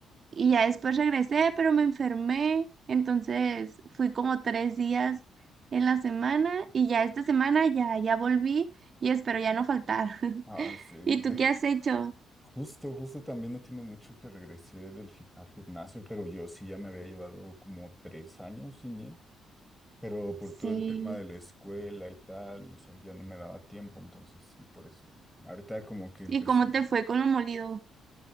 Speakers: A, on the right; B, in the centre.
A: Y ya después regresé, pero me enfermé. Entonces fui como tres días en la semana y ya esta semana ya, ya volví y espero ya no faltar. <laughs>
B: Ay, sí.
A: ¿Y
B: de-
A: tú qué has hecho?
B: Justo, justo también no tiene mucho que regresé del, gi- al gimnasio, pero yo sí ya me había llevado como tres años sin ir, pero por
A: Sí.
B: todo el tema de la escuela y tal, o sea, ya no me daba tiempo, entonces sí, por eso. Ahorita como que empecé.
A: ¿Y cómo te fue con lo molido?